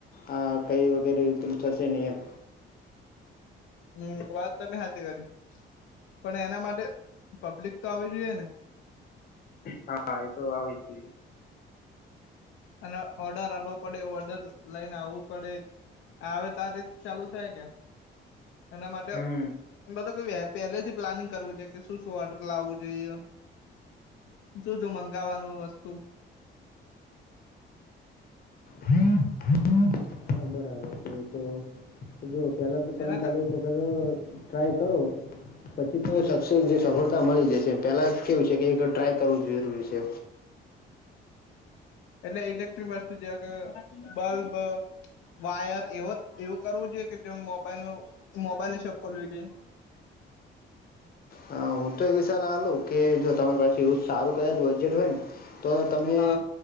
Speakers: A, on the left; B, on the left.
A: આ કઈ વગેરે તલ થશે નિયમ
B: હમ વાત તમે હચ કરી પણ એના માટે પબ્લિક તો આવી જોઈએ ને.
A: હા એ તો આવી જ છે.
B: અને ઓર્ડર હાલવો પડે ઓર્ડર લઈને આવવું પડે. આવે ત રીત ચાલુ થાય કે એના માટે.
A: હમ
B: બધ કે પહેલે થી પ્લાનિંગ કરવું જોઈએ કે શું શું ઓર્ટર લાવવું જોઈએ. શું જો મંગાવવાનું વસ્તુ.
A: હીમ <unintelligible> હા બરાબર છે તો જોુ પહેલા તો તમે
B: એના
A: ખાલી
B: ક
A: વખ ટ્રાય કરો પછી તો
B: હમ
A: સક્સેસ જે સફળ. મળી જશે પેલા કેવું છે કે ટ્રાય કરવું જરૂરી છે.
B: એટલે ઇલેક્ટ્રિક વસ્તુ જે કે બલ્બ વાયર એવ એવું કરવું જોઈએ કે જે મોબાઈલ ન મોબાઈલની શોપ ખોલવી જોઈએ.
A: અ, હું તો એવી સલાહ લઉં કે જો તમારી પાસે યુઝ સારું કદાચ બજેટ હોય ને તો તમે
B: હા